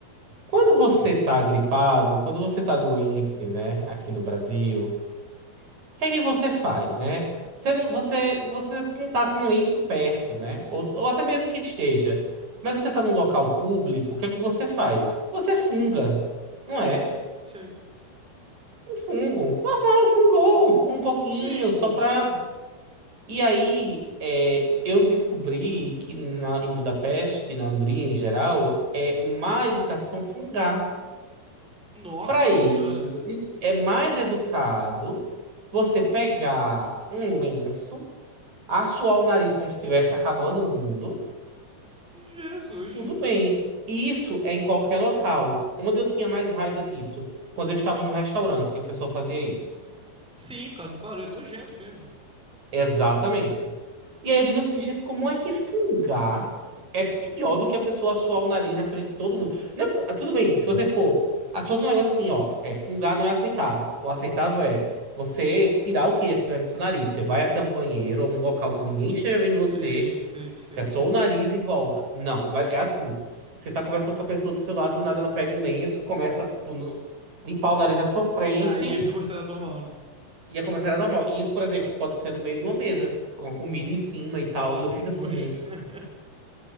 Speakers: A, on the right; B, in the centre.
A: Quando você tá gripado, quando você tá doente, né, aqui no Brasil, o que é que você faz, né? Você não, você, você não tá com um lenço perto, né? Ou, ou até mesmo que esteja. Mas você tá num local público, o que é que você faz? Você funga, não é?
B: Sim, sim.
A: Fungo. Normal, fungou, fungou um pouquinho,
B: Sim, com
A: só pra.
B: certeza.
A: E aí, é, eu descobri que na- em Budapeste, na Hungria em geral, é má educação fungar.
B: Nossa
A: Para eles,
B: senhora.
A: é mais educado você pegar um lenço, assoar o nariz como se estivesse acabando o mundo,
B: Jesus.
A: tudo bem. E Isso é em qualquer local. Onde eu tinha mais raiva disso? Quando eu estava num restaurante e o pessoal fazia isso.
B: Sim, por causa do barulho, é nojento mesmo.
A: Exatamente. E aí eu digo assim, gente, como é que fungar é pior do que a pessoa suar o nariz na frente de todo mundo? Não, tudo bem, se você for. ah, Se fosse um negócio assim, ó, é, fungar não é aceitável. O aceitável é você tirar o que é tiver no seu nariz. Você vai até um banheiro ou um local que ninguém esteja vendo
B: Sim,
A: você,
B: sim, sim.
A: você é só o nariz e volta. Não, mas é assim. Você tá conversando com a pessoa do seu lado, do nada ela pega um lenço, começa a tipo, no- limpar o nariz na sua frente.
B: Aí isso é considerado normal, né?
A: Ia começar era normal. E isso, por exemplo, pode ser no meio de uma mesa, com a comida em cima e tal.
B: Nossa,
A: E eu fico
B: que nojo.
A: assim,
B: <laughs>